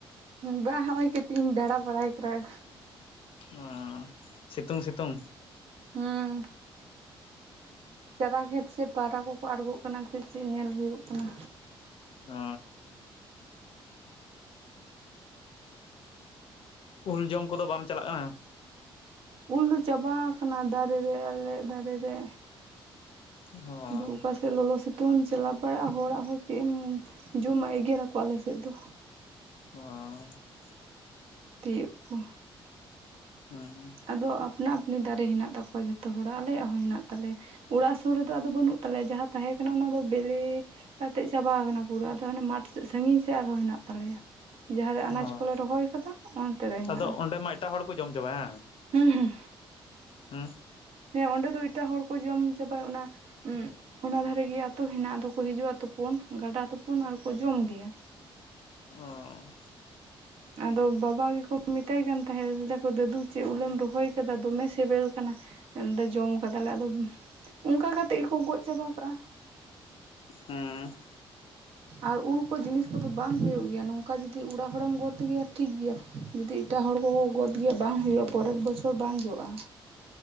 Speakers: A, on the right; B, on the left.
A: ᱵᱟᱸᱦ ᱠᱟᱹᱴᱤᱡ ᱤᱧ ᱫᱟᱬᱟ ᱵᱟᱲᱟᱭ ᱠᱟᱱᱟ
B: ᱚᱻ ᱥᱤᱸᱛᱩᱝ ᱥᱤᱸᱛᱩᱝ
A: ᱦᱩᱸ ᱪᱟᱨᱟ ᱠᱷᱮᱸᱛ ᱥᱮᱪ ᱯᱟᱣᱨᱟ ᱠᱚᱠᱚ ᱟᱬᱜᱳᱜ ᱠᱟᱱᱟ ᱥᱮ ᱪᱮᱫ ᱧᱮᱞ ᱦᱩᱭᱩᱜ ᱠᱟᱱᱟ
B: ᱚᱻ ᱩᱞ ᱡᱚᱢ ᱠᱚᱫᱚ ᱵᱟᱢ ᱪᱟᱞᱟᱜ ᱠᱟᱱᱟ?
A: ᱩᱞ ᱫᱚ ᱪᱟᱵᱟ ᱟᱠᱟᱱᱟ ᱫᱟᱨᱮ ᱨᱮ ᱟᱞᱮ ᱫᱟᱨᱮ ᱨᱮ
B: ᱦᱚᱸ
A: ᱟᱫᱚ ᱚᱠᱟ ᱞᱚᱞᱚ ᱥᱤᱸᱛᱩᱝᱮᱢ ᱪᱟᱞᱟᱣ ᱵᱟᱲᱟᱜᱼᱟ ᱦᱚᱲᱟᱜ ᱦᱚᱸ ᱪᱮᱫ ᱮᱢ ᱡᱚᱢᱟ ᱮᱜᱮᱨ ᱨᱟᱠᱚ ᱟᱞᱮ ᱥᱮᱫ ᱫᱚ
B: ᱚ <unintelligible>
A: ᱛᱤᱭᱚᱜ ᱠᱚ
B: ᱦᱩᱸ
A: ᱟᱫᱚ ᱟᱯᱱᱟ ᱟᱯᱱᱤ ᱫᱟᱨᱮ ᱦᱮᱱᱟᱜ ᱛᱟᱠᱚᱣᱟ ᱡᱚᱛᱚ ᱦᱚᱲᱟᱜ, ᱟᱞᱮᱭᱟᱜ ᱦᱚᱸ ᱦᱮᱱᱟᱜ ᱛᱟᱞᱮᱭᱟ ᱚᱲᱟᱜ ᱥᱩᱨ ᱨᱮᱫᱚ ᱟᱫᱚ ᱵᱟᱹᱱᱩᱜ ᱛᱟᱞᱮ ᱡᱟᱦᱟᱸ ᱛᱟᱦᱮᱸ ᱠᱟᱱᱟ ᱚᱱᱟ ᱫᱚ ᱵᱟᱹᱞᱤ ᱠᱟᱛᱮᱫ ᱪᱟᱵᱟ ᱟᱠᱟᱱᱟ ᱯᱩᱨᱟᱹ ᱟᱫᱚ ᱟᱱᱮ ᱢᱟᱴᱷ ᱥᱟᱺᱜᱤᱧ ᱥᱮᱫ ᱟᱨᱦᱚᱸ ᱦᱮᱱᱟᱜ ᱛᱟᱞᱮᱭᱟ ᱡᱟᱦᱟᱸᱨᱮ ᱟᱱᱟᱡᱽ
B: ᱚ
A: ᱠᱚᱞᱮ ᱨᱚᱦᱚᱭ ᱟᱠᱟᱫᱟ ᱚᱱᱛᱮ ᱨᱮ ᱦᱮᱱᱟᱜᱼᱟ᱾
B: ᱟᱫᱚ ᱚᱸᱰᱮ ᱢᱟ ᱮᱴᱟᱜ ᱦᱚᱲ ᱠᱚ ᱡᱚᱢ ᱪᱟᱵᱟ ᱦᱟᱝ
A: ᱦᱩᱸ
B: ᱦᱩᱸ᱾
A: ᱦᱮᱸ ᱚᱸᱰᱮ ᱫᱚ ᱮᱴᱟᱜ ᱦᱚᱲ ᱠᱚ ᱡᱚᱢ ᱪᱟᱵᱟᱭ ᱚᱱᱟ ᱚᱱᱟ ᱫᱷᱟᱨᱮ ᱨᱮᱜᱮ ᱟᱛᱩ ᱦᱮᱱᱟᱜ ᱫᱚᱠᱚ ᱦᱤᱡᱩᱜᱼᱟ ᱛᱩᱯᱩᱱ ᱜᱟᱰᱟ ᱛᱩᱯᱩᱱ ᱟᱨᱠᱚ ᱡᱚᱢ ᱜᱮᱭᱟ᱾
B: ᱚᱸ
A: ᱟᱫᱚ ᱵᱟᱵᱟ ᱜᱮᱠᱚ ᱢᱮᱛᱟᱭ ᱠᱟᱱ ᱛᱟᱦᱮᱸᱫ ᱞᱟᱹᱭᱫᱟᱠᱚ ᱫᱟᱫᱩ ᱪᱮᱫ ᱩᱞᱮᱢ ᱨᱚᱦᱚᱭ ᱠᱟᱫᱟ ᱫᱚᱢᱮ ᱥᱤᱵᱤᱞ ᱠᱟᱱᱟ᱾ ᱸᱰᱮ ᱡᱚᱢ ᱠᱟᱫᱟᱞᱮ ᱟᱫᱚ ᱚᱱᱠᱟ ᱠᱟᱛᱮᱜ ᱜᱮᱠᱚ ᱜᱚᱡ ᱪᱟᱵᱟ ᱠᱟᱜᱼᱟ᱾ ᱦᱩᱹ
B: ᱦᱮᱸ
A: ᱟᱨ ᱩᱞᱠᱩ ᱡᱤᱱᱤᱥ ᱠᱚᱫᱚ ᱵᱟᱝ ᱦᱩᱭᱩᱜ ᱜᱮᱭᱟ ᱱᱚᱝᱠᱟ ᱡᱩᱫᱤ ᱚᱲᱟᱜ ᱦᱚᱲᱮᱢ ᱜᱚᱫ ᱛᱩ ᱜᱮᱭᱟ ᱴᱷᱤᱠ ᱜᱮᱭᱟ ᱡᱩᱫᱤ ᱮᱴᱟᱜ ᱦᱚᱲ ᱠᱚᱠᱚ ᱜᱚᱫ ᱜᱮᱭᱟ ᱵᱟᱝ ᱦᱩᱭᱩᱜᱼᱟ ᱯᱚᱨᱮᱨ ᱵᱚᱪᱷᱚᱨ ᱵᱟᱝ ᱡᱚᱜᱼᱟ᱾